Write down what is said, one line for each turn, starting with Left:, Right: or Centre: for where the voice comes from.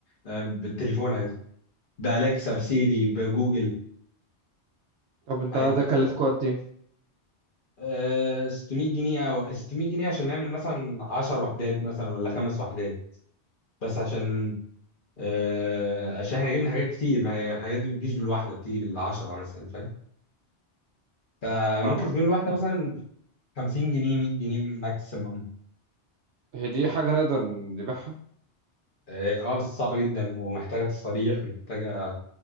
Left: آه، بالتليفون عادي بأليكسا بسيري بجوجل
Right: طب
Left: عادي.
Right: ده ده كلفكوا قد ايه
Left: آه، 600 جنيه او 600 جنيه عشان نعمل مثلا 10 وحدات مثلا ولا خمس وحدات بس عشان آه، عشان احنا جبنا حاجات كتير ما هي الحاجات دي بتجيش بالواحده بتيجي بالعشره مثلا فاهم فممكن
Right: فاهمك
Left: تكون الواحده مثلا 50 جنيه 100 جنيه ماكسيمم
Right: هي دي حاجة نقدر نبيعها
Left: اه آه، بس صعبه جدا ومحتاجه تصاريح محتاجه